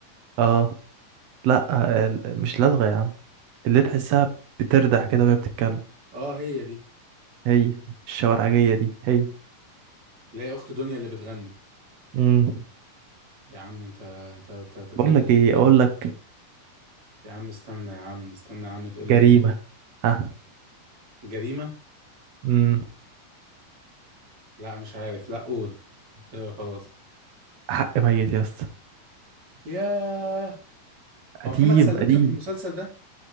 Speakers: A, on the right; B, on the right.
A: اه لا آه، مش لدغة يا عم اللي تحسها بتردح كده وهي بتتكلم
B: اه هي دي
A: هي الشوارعجية دي هي
B: اللي هي اخت دنيا اللي بتغني
A: امم
B: يا عم انت انت انت أنت تتجنن
A: بقول لك ايه
B: كده
A: اقول لك
B: يا عم استنى يا عم استنى يا عم تقول لي
A: جريمة ها
B: جريمة
A: امم
B: لا مش عارف لا قول كده خلاص
A: حق ميت يا اسطى
B: ياه
A: قديم
B: هو محمد سلام
A: قديم
B: كان في المسلسل ده